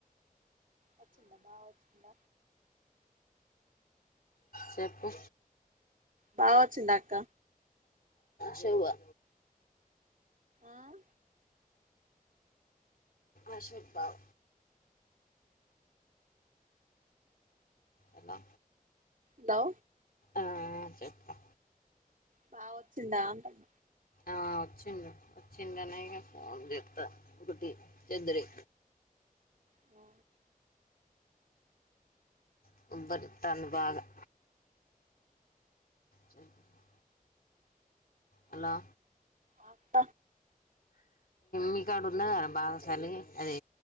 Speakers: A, on the right; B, on the left.
A: వచ్చిండ బావ వచ్చిండ?
B: చెప్పు
A: బావ వచ్చిండా అక్క?
B: శివ్వా
A: ఆఁ
B: అశోక్ బావ ఎలా
A: హలో
B: మ్మ్ మ్మ్ చెప్పు
A: బావ వచ్చిండా అంటున
B: ఆ వచ్చిండు వచ్చిండు అనే ఇగ ఫోన్ చేత్త గుడ్డి చెద్దురి
A: మ్
B: మ్ ఉబ్బరితాంది బాగా. చెద్దురి హలో
A: అక్క
B: మీ కాడ ఉన్నదారా బాగా సలి అదే